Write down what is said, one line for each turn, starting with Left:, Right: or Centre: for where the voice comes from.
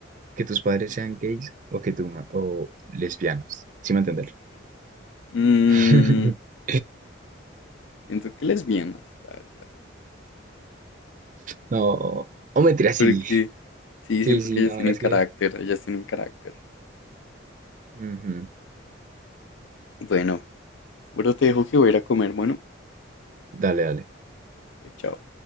Right: que tus padres sean gays o que tú, ma- o lesbianas. ¿Sí me entender?
Left: Mm,
Right: <laughs>
Left: siento que lesbianas, la verdad.
Right: No, o mentira,
Left: Porque
Right: sí.
Left: sí,
Right: Sí,
Left: siento
Right: sí,
Left: que ellas
Right: no,
Left: tienen
Right: es
Left: carácter,
Right: que...
Left: ellas tienen carácter.
Right: Ujú.
Left: Bueno, bueno, te dejo que voy a ir a comer. Bueno,
Right: Dale, dale.
Left: chao.